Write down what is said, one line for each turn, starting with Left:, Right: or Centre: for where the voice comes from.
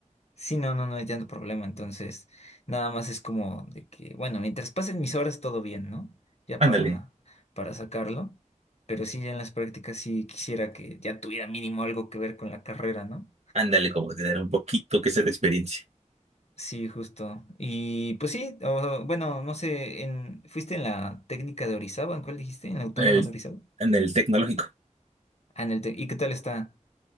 Left: Sí, no, no, no hay tanto problema. Entonces, nada más es como de que, bueno, mientras pasen mis horas, todo bien, ¿no? Ya
Right: Ándale,
Left: para, para sacarlo. Pero sí, ya en las prácticas sí quisiera que ya tuviera mínimo algo que ver con la carrera, ¿no?
Right: ándale, como tener un poquito que sea de experiencia
Left: Sí, justo. Y pues sí, o- bueno, no sé, en, ¿fuiste en la técnica de Orizaba? ¿En cuál dijiste? ¿En la autónoma
Right: en el,
Left: de Orizaba?
Right: en el tecnológico.
Left: Ah, en el te- ¿Y qué tal está?